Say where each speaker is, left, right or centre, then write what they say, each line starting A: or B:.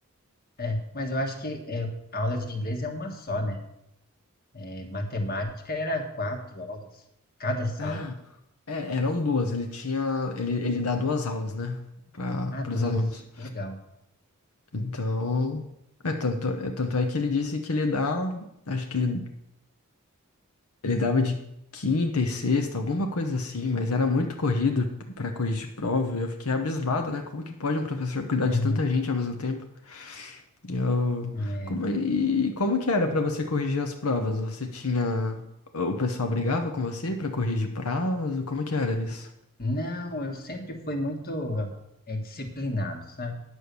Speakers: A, on the left; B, on the left.
A: é, mas eu acho que é, a aula de inglês é uma só, né? É, matemática era quatro aulas, cada sala.
B: Ah, é, eram duas, ele tinha, ele, ele dá duas aulas, né, para
A: Ah, duas.
B: os alunos.
A: Que legal.
B: Então, é tanto, é tanto é que ele disse que ele dá, acho que ele Ele dava de quinta e sexta, alguma coisa assim, mas era muito corrido para corrigir prova. e Eu fiquei abismado, né? Como que pode um professor cuidar
A: Uhum.
B: de tanta gente ao mesmo tempo? E Eu...
A: É.
B: Como... E como que era para você corrigir as provas? Você tinha... O pessoal brigava com você para corrigir prazo? Como que era isso?
A: Não, eu sempre fui muito é, disciplinado, sabe?